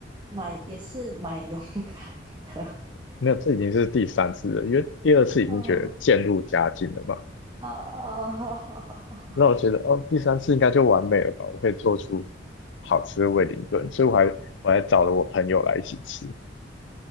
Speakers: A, on the right (about 25°); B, on the left (about 80°).
A: 蛮也是蛮勇敢的。
B: 那这已经是第三次了，因为第二次已经觉得渐入佳境了嘛，
A: 哦，哦。
B: 那我觉得哦，第三次应该就完美了吧，我可以做出好吃的威灵顿，所以我还我还找了我朋友来一起吃，